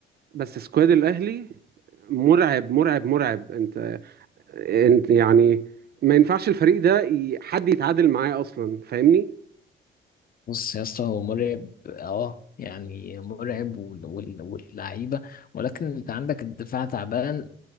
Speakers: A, on the right (about 55°); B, on the left (about 45°).
A: بس سكواد الاهلي مرعب مرعب مرعب انت انت يعني ما ينفعش الفريق ده ي- حد يتعادل معاه اصلا فاهمني
B: بص يا اسطى هو مرعب اه يعني مرعب وال- وال- واللعيبه ولكن انت عندك الدفاع تعبان